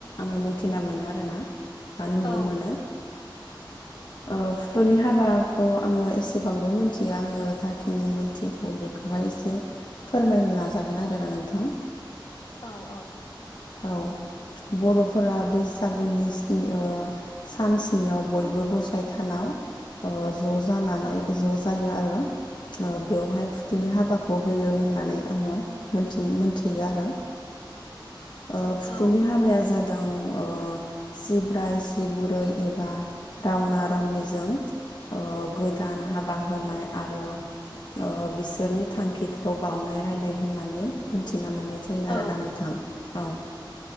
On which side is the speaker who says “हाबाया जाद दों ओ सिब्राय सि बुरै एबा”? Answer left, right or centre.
Left